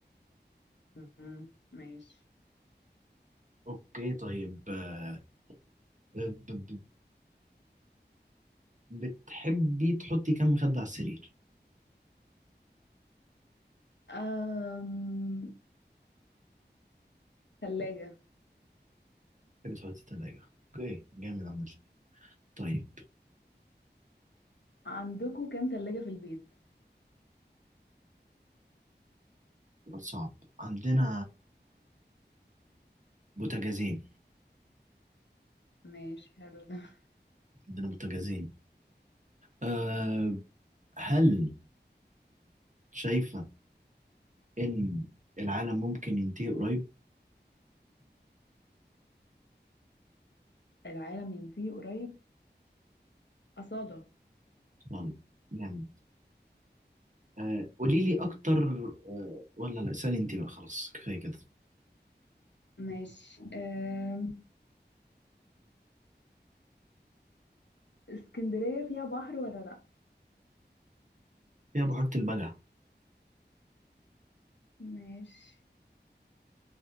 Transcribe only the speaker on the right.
اوكي طيب آه، ب- ب- بتحبي تحطي كام مخدة على السرير؟
تحب تحط التلاجة اوكي جامد عامة طيب
سؤال صعب عندنا بوتاجازين
عندنا بوتاجازين أه هل شايفة إن العالم ممكن ينتهي قريب؟
والله جامد أه قولي لي أكتر أه ولا لا اسألي أنت بقى خلاص كفاية كده
يا بحيرة البجع